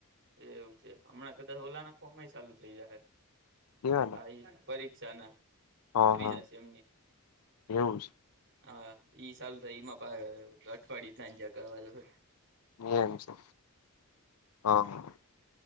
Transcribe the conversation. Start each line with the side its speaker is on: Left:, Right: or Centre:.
Right: એ એવું છે હમણાં કદાચ ઓલા ના ફોર્મય ચાલુ થઈ જાયહે
Left: કેવાય ને
Right: હા ઈ પરીક્ષા ના
Left: હા
Right: ફ્રી
Left: હા
Right: જશ એમની
Left: એવું
Right: હા ઈ સાલુ થાય ઈમાં પાહ અઠવાડિયુ સાંજા કરવા દો <unintelligible>
Left: એમ છે હ હ